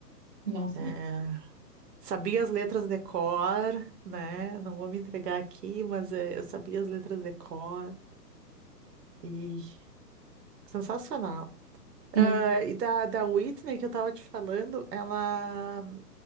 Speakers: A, on the right; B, on the right.
A: Nossa,
B: É.
A: muito-
B: Sabia as letras de cor, né? Não vou me entregar aqui, mas eh, eu sabia as letras de cor e sensacional.
A: sim,
B: Ah, e da, da Whitney que eu tava te falando, ela